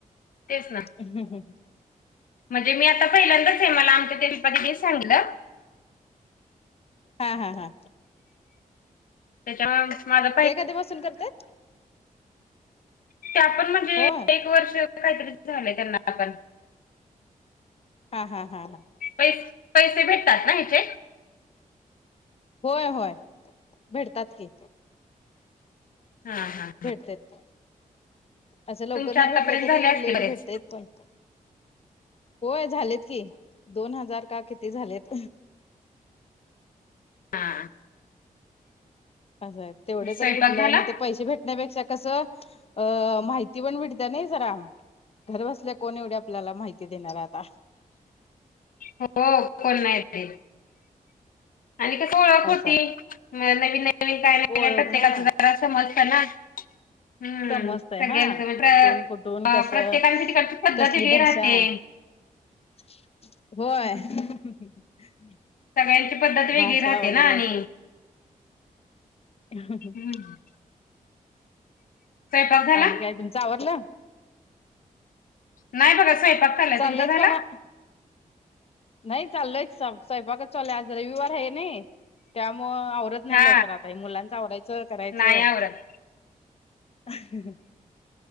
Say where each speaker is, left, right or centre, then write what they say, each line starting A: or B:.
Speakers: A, on the left (about 75°); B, on the left (about 45°).
A: तेच ना.
B: हम् हम हम्.
A: म्हणजे मी आता, पहिल्यांदाच हे मला आमच्या ते दीपा दिदीनं सांगितलं.
B: हा हा हा
A: त्याच्यामुळे माझा
B: ते एखादीी बसून करतात.
A: ते आपण म्हणजे
B: होय
A: एक वर्ष काहीतरी झालंय त्यांना आपण.
B: हा हा हा हां.
A: पै पैसे भेटतात ना ह्याचे.
B: होय होय भेटतात की.
A: हा हा
B: भेटत्यात. असं लवकर
A: तुमचे
B: नाही
A: आतापर्यंत
B: भेटले तरी
A: झाले असतील
B: लेट
A: बरेच.
B: भेटतात पण. होय झालेत कि दोन हजार का किती झालेत.
A: हा.
B: असं आहे तेवढं
A: स्वयंपाक
B: तर कुठलं
A: झाला?
B: आणि ते पैसे भेट. ण्यापेक्षा कसं अ माहिती पण भेटत नाही जरा. घर बसल्या कोण एवढ्या आपल्याला माहिती देणार आहे आता
A: हो, कोण नाही ते? आणि कसं? ओळख होती,
B: असंय
A: नवीन-नवीन काय नाही
B: ओळख
A: काय प्रत्येकाचं
B: हा
A: जरा समजत ना! हम्म्..
B: समजतय
A: सगळ्यांचं
B: हा
A: म्हणजे
B: कोण कुठून
A: प्र-प्रत्येकांची
B: कसं
A: तिकडची पद्धत
B: कसली
A: वेगळी
B: भाषा
A: राहते. ह.
B: होय.
A: सगळ्यांची पद्धत वेगळी
B: भाषा
A: राहते
B: वगैरे
A: ना आणि
B: ह ह.
A: हम्! स्वयंपाक झाला?
B: आणि काय तुमचं आवरल.
A: नाही बघा स्वयंपाक झालाय.
B: चाललेयच
A: तुमचा झाला?
B: बघा. नाही चालय स्वयंपाक चालयं आज रविवार आहे नाही त्यामुळ आवर नाही
A: हा
B: लवकर आता मुलांच आवरायचं करायचं.
A: नाही आवरत.
B: हा,